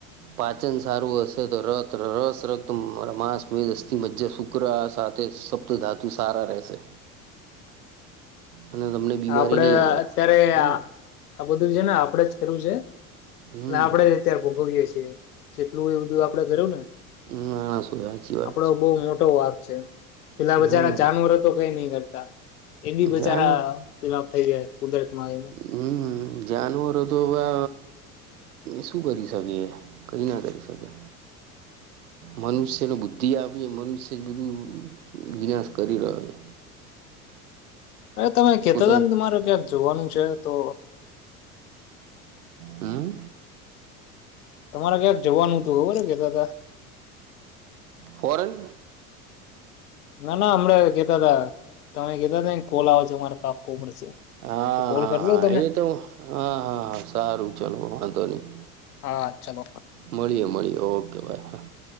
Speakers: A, on the right; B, on the left.
A: પાચન સારું હશે, તો ર રસ રત માંસ મેસ્થી મજ્જા શુક્ર સા સપ્ત ધાતુ સારા રહેશે અને તમને બીમારી
B: આપડે,
A: નહીં આવે
B: અત્યારે
A: હમ
B: આ બધું છેને. આપડે જ છે.
A: હમ
B: અને આપણેે જ અત્યારે ભોગવીએ છીએ, જેટલું એ બધું આપડે કર્યું ને
A: <inaudible> વાત
B: આપડો
A: છે
B: બહુ મોટો વાક છે પેલા બચારા
A: હમ
B: જાનવરો તો કઈ નઈ કરતા એ બી બજારા
A: જાનો
B: ફલા થઈ જાય કુદરતમાં આવીને
A: હમ જાનવરો તો હવે શું કરી શકેએ. કઈ ના કરી શકે મનુષ્ય નું બુદ્ધિ આપે મનુષ્ય વિશે બધું વિનાશ કરી રહ્યો છે.
B: અરે તમે કેતા
A: પોતા
B: હતા ને તમારું ક્યાં જોવાનું છે તો
A: હા
B: તમારે ક્યાંક જવાનું હતુ, ખબર કેતા હતા
A: ફોરેન
B: ના-ના હમણાં કેતા તા તમે કેતા તા કોલ આવો છો, અમાર કાપવો પડશે
A: હા-હા-હા
B: તો કોલ કરી લો તમે
A: એ તો હ હા-હા-હા સારું ચલો વાંધો નહી
B: હા. ચલો
A: મળીએ- મળીએ ઓકે ભાઈ હા.